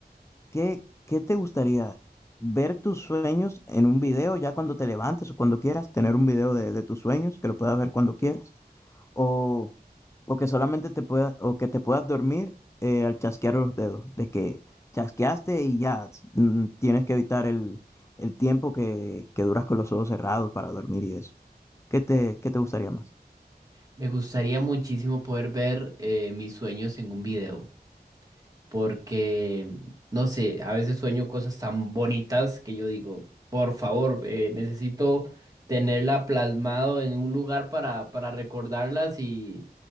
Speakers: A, on the left (about 15°); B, on the right (about 20°).
A: ¿qué, qué te gustaría? ¿Ver tus sueños en un video ya cuando te levantes o cuando quieras? ¿Tener un video de, de tus sueños que lo puedas ver cuando quieras? ¿O, o que solamente te pueda, o que te puedas dormir eh, al chasquear los dedos? De que chasqueaste y ya mm, tienes que evitar el, el tiempo que, que duras con los ojos cerrados para dormir y eso. ¿Qué te, qué te gustaría más?
B: Me gustaría muchísimo poder ver eh, mis sueños en un video. porque, no sé, a veces sueño cosas tan bonitas que yo digo, por favor, eh, necesito tenerla plasmado en un lugar para, para recordarlas y,